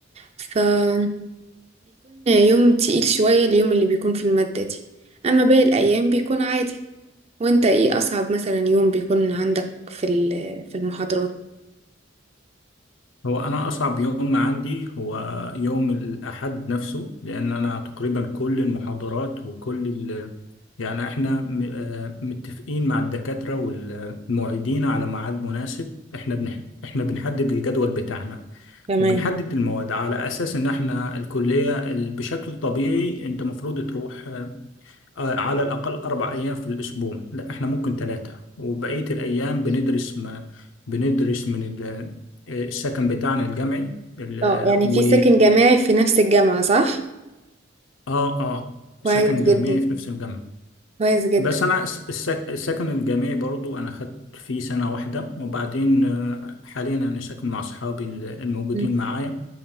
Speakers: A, on the right; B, on the left.
A: فبيكون يوم تقيل شوية اليوم اللي بيكون في المادة دي أما باقي الأيام بيكون عادي وانت ايه أصعب مثلا يوم بيكون عندك في ال- في المحاضرات
B: هو أنا أصعب يوم عندي هو يوم الأحد نفسه لأن أنا تقريبا كل المحاضرات وكل ال... يعني إحنا م... آه، متفقين مع الدكاترة والمعيدين على ميعاد مناسب إحنا بنح... إحنا بنحدد الجدول بتاعنا
A: تمام
B: وبنحدد المواد على أساس إن إحنا الكلية ال- بشكل طبيعي أنت مفروض تروح آه، على الأقل أربع أيام في الأسبوع لا إحنا ممكن ثلاثة وبقية الأيام بندرس ما بندرس من ال- آه، السكن بتاعنا الجامعي ال- آه،
A: اه يعني
B: و
A: في سكن جامعي في نفس الجامعة صح؟
B: آه آه
A: كويس
B: سكن
A: جدا
B: جامعي في نفس الجامعة
A: كويس جدا
B: بس أنا الس- السك... السكن الجامعي برضو أنا خدت فيه سنة واحدة وبعدين آه، حاليا أنا ساكن مع أصحابي ال- الموجودين
A: مم.
B: معايا